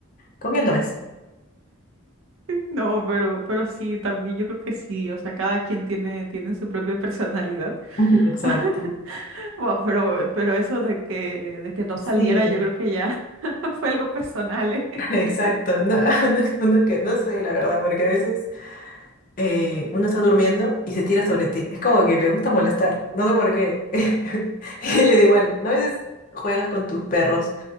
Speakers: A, on the left; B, on the right.
A: Con él no es.
B: No, pero, pero sí, también yo creo que sí, o sea, cada quien tiene, tiene su propia personalidad.
A: <laughs> Exacto.
B: <laughs> Bueno, pero, pero eso de que, de que no saliera,
A: Sí,
B: yo creo que ya <laughs> fue algo personal, ¿eh?
A: <laughs> exacto.
B: <laughs>
A: No, <laughs> no, no, no que no sé, la verdad, porque a veces eh, uno está durmiendo y se tira sobre ti. Es como que le gusta molestar. No sé por qué. <laughs> Y le da igual. ¿No? A veces juegas con tus perros.